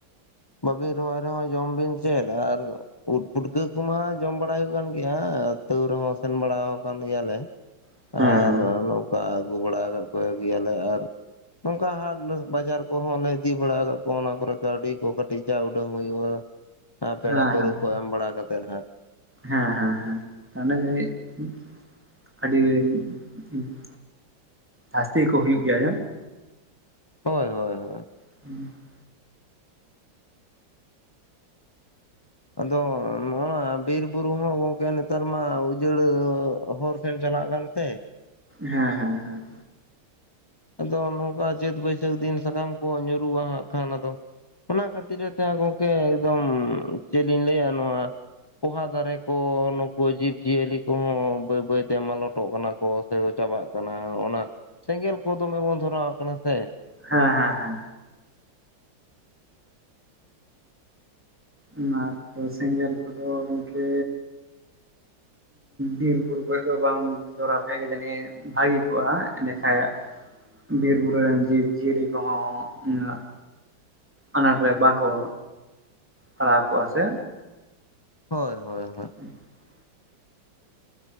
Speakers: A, on the left (about 25°); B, in the centre.
A: ᱵᱟᱵᱤᱱ ᱨᱚᱦᱚᱭ ᱨᱮᱦᱚᱸ ᱡᱚᱢ ᱵᱤᱱ ᱪᱮᱫ ᱟᱨ ᱩᱫ ᱯᱩᱴᱠᱟᱹ ᱠᱚᱢᱟ ᱡᱚᱢ ᱵᱟᱲᱟ ᱦᱩᱭᱩᱜ ᱠᱟᱱ ᱜᱮᱭᱟ ᱛᱟᱹᱣ ᱨᱮᱦᱚᱸ ᱥᱮᱱ ᱵᱟᱲᱟᱣ ᱟᱠᱟᱱ ᱜᱮᱭᱟᱞᱮ ᱾
B: ᱦᱮᱸ
A: ᱟᱨ
B: ᱦᱮᱸ
A: ᱱᱚᱝᱠᱟ ᱟᱜᱩ ᱵᱟᱲᱟ ᱠᱟᱫ ᱠᱚ ᱜᱮᱭᱟᱞᱮ ᱟᱨ ᱱᱚᱝᱠᱟ ᱦᱟᱴ ᱱᱟᱥ ᱵᱟᱡᱟᱨ ᱠᱚᱦᱚᱸ ᱞᱮ ᱤᱫᱤ ᱰᱟᱲᱟ ᱠᱟᱜ ᱠᱚᱣᱟ ᱚᱱᱟ ᱠᱚᱨᱮ ᱠᱟᱹᱣᱰᱤ ᱠᱚ ᱠᱟᱹᱴᱤᱡ ᱡᱟ ᱩᱰᱟᱝ ᱦᱩᱭᱩᱜᱼᱟ ᱾ ᱮ ᱯᱮᱲᱟ
B: ᱦᱮᱸ
A: ᱯᱟᱹᱨᱟᱹ
B: ᱦᱮᱸ
A: ᱠᱚ ᱮᱢ ᱵᱟᱲᱟ ᱠᱟᱛᱮᱫ ᱦᱟᱸᱜ ᱾
B: ᱦᱮᱸ ᱦᱮᱸ ᱦᱮᱸ <inaudible> ᱟᱹᱰᱤ <inaudible> ᱟᱹᱥᱛᱤ ᱜᱮ ᱠᱚ ᱦᱩᱭᱩᱜ ᱜᱮᱭᱟ ᱭᱟᱱ ᱾
A: ᱦᱳᱭ ᱦᱳᱭ ᱦᱳᱭ ᱾
B: <unintelligible>
A: ᱟᱫᱚ ᱱᱚᱜᱼᱚᱱᱟ ᱵᱤᱨ ᱵᱩᱨᱩ ᱦᱚᱸ ᱜᱚᱝᱠᱮ ᱱᱮᱛᱟᱨ ᱢᱟ ᱩᱡᱟᱹᱲ ᱦᱚᱨ ᱥᱮᱱ ᱪᱟᱞᱟᱜ ᱠᱟᱱ ᱛᱮ᱾
B: ᱦᱮᱸ ᱦᱮᱸ ᱦᱮᱸ᱾
A: ᱟᱫᱚ ᱱᱚᱝᱠᱟ ᱪᱟᱹᱛ ᱵᱟᱹᱭᱥᱟᱹᱠᱷ ᱫᱤᱱ ᱥᱟᱠᱟᱢ ᱠᱚ ᱧᱩᱨᱩᱜᱼᱟ ᱦᱟᱸᱜ ᱠᱷᱟᱱ ᱟᱫᱚ᱾ ᱚᱱᱟ ᱠᱷᱟᱹᱛᱤᱨ ᱜᱮᱛᱚᱭᱟ ᱜᱚᱝᱠᱮ ᱮᱠᱫᱚᱢ ᱪᱮᱫ ᱞᱤᱧ ᱞᱟᱹᱭᱟ ᱱᱚᱣᱟ ᱯᱚᱦᱟ ᱫᱟᱨᱮ ᱠᱚ ᱚ ᱱᱩᱠᱩ ᱡᱤᱵᱽ ᱡᱤᱭᱟᱹᱞᱤ ᱠᱚᱦᱚᱸ ᱵᱟᱹᱭ ᱵᱟᱹᱭᱛᱮ ᱢᱟᱞᱚᱴ ᱴᱚᱜ ᱠᱟᱱᱟ ᱠᱚ ᱥᱮ ᱠᱚ ᱪᱟᱵᱟᱜ ᱠᱟᱱᱟ ᱚᱱᱟ ᱥᱮᱸᱜᱮᱞ ᱠᱚ ᱫᱚᱢᱮ ᱵᱚᱱ ᱫᱷᱚᱨᱟᱣ ᱟᱜ ᱠᱟᱱᱟ ᱥᱮ᱾
B: ᱦᱮᱸ ᱦᱮᱸ ᱦᱮᱸ᱾ ᱚᱱᱟ ᱛᱚ ᱥᱮᱸᱜᱮᱞ ᱠᱚᱫᱚ ᱜᱚᱝᱠᱮᱻ᱾ ᱵᱤᱨ ᱵᱩᱨᱩ ᱠᱟᱨᱮ ᱫᱚ ᱵᱟᱢ ᱫᱷᱚᱨᱟᱣ ᱞᱮᱠᱷᱟᱡ ᱜᱮ ᱡᱟᱹᱱᱤᱡ ᱵᱷᱟᱹᱜᱤ ᱠᱚᱜᱼᱟ, ᱮᱸᱰᱮᱠᱟᱡ ᱵᱤᱨ ᱵᱩᱨᱩᱨ ᱨᱮᱱ ᱡᱤᱵᱽ ᱡᱤᱭᱟᱹᱞᱤ ᱠᱚᱦᱚᱸ ᱢᱮᱱᱟᱜᱼᱼ ᱟᱱᱟᱴ ᱨᱮ ᱵᱟᱠᱚ ᱯᱟᱲᱟᱣ ᱠᱚᱜᱼᱟ ᱥᱮ
A: ᱦᱳᱭ ᱦᱳᱭ ᱦᱳᱭ᱾
B: <unintelligible>